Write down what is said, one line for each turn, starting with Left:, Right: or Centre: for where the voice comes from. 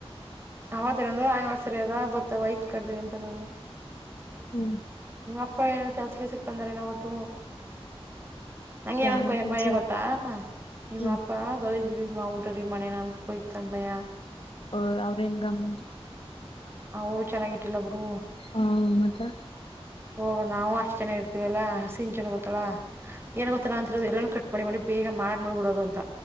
Right: ಅವತ್ತನದು ಆನಿವರ್ಸರಿ ಅದ ಬತ್ತ ಬ ಇಕ್ ಕರ್ದೀನಿ ಅಂತ ಅನ್ನದು
Left: ಹ್ಮ್
Right: ನಿಮ್ಮ ಅಪ್ಪ ಏನ ಕೆಲ್ಸಕ್ಕೆ ಸಿಕ್ ಬಂದರೆ ಅವ ಹ್ಮ ನಂಗೇನೊಂದ
Left: ಯಾನ್ ಕೆಲ್ಸ
Right: ಭಯ ಗೊತ್ತಾ ನಿಮ್ಮ
Left: ಹ್ಮ
Right: ಅಪ್ಪ ಗಲಜ ಗಲೀಜ್ ಮಾಡ್ಬಿಟ್ಟರೆ ಮನೆಯಲ ಅಂತ ಭಯ
Left: ಓ ಅವ್ರೇನ್ ಗಮ್ಮತ್
Right: ಅವರು ಚೆನ್ನಾಗಿ ಇಟ್ಟಿಲ್ಲ ಬಿಡು
Left: ಹಾ ಮತ್ತೆ
Right: ಓಹ ನಾವು ಅಷ್ಟ್ ಜೆನ ಇರ್ತಿವಿಲ್ಲಾ ಸಿನ್ ಚನ ಬತಳ ಏನ್ ಗೊತ್ತ ಅಂತ ಎಲ್ಲ ಕಟ್ ಮಾಡಿ ಬೇಗ ಮಾಡ ಮಾಡ್ಬಿಡೋದು ಅಂತ